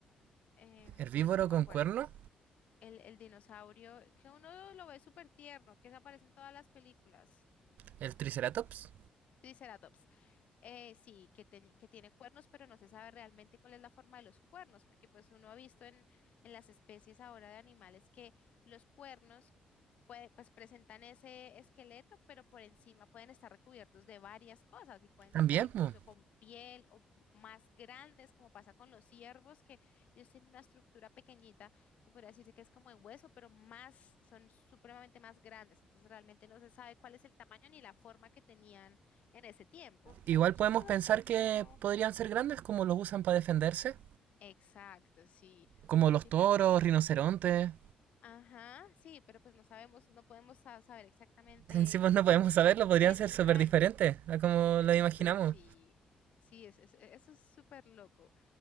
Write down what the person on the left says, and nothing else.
em,
bueno, no me
acuerdo
el, el dinosaurio, que uno lo ve súper tierno, que se aparece en todas las películas.
Triceratops. Eh, sí, que, ten- que tiene cuernos, pero no se sabe realmente cuál es la forma de los cuernos, porque pues uno ha visto en, en las especies ahora de animales que los cuernos puede- pues presentan ese esqueleto, pero por encima pueden estar recubiertos de varias cosas y pueden
estar incluso
con piel o más grandes, como pasa con los ciervos, que ellos tienen una estructura pequeñita que podría decirse que es como en hueso, pero más, son supremamente más grandes, entonces realmente no se sabe cuál es el tamaño ni la forma que tenían en ese tiempo. O sea,
hay muchas
cosas
que nosotros
no.
Exacto, sí.
Sí,
pero pues,
ajá, sí, pero pues no sabemos, no podemos sa- saber exactamente
qué
tan.
<laughs>
Exacto,
sí. Sí, es, es- e-, eso es súper loco.